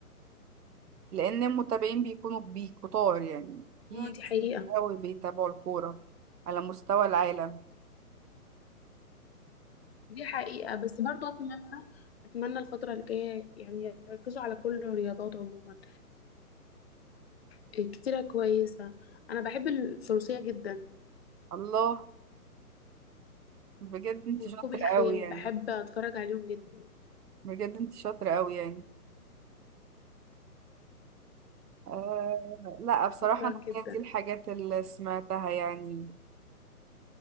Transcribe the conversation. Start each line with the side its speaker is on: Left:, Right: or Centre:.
Right: لأن المتابعين بيكونوا كبي- كتار يعني في
Left: اه
Right: ناس
Left: دي حقيقه
Right: كتير قوي بيتابعوا الكورة على مستوى العالم
Left: دي حقيقه بس برضو اتمنى اتمنى الفتره الجايه يعني يركزوا على كل الرياضات عموما كتيره كويسه انا بحب الفروسيه جدا
Right: الله بجد انت
Left: وركوب
Right: شاطرة
Left: الخيل
Right: قوي يعني
Left: بحب اتفرج عليهم جدا
Right: بجد انت شاطرة قوي يعني آه لا بصراحة
Left: شكرا
Right: انا
Left: جدا
Right: هي دي الحاجات اللي سمعتها يعني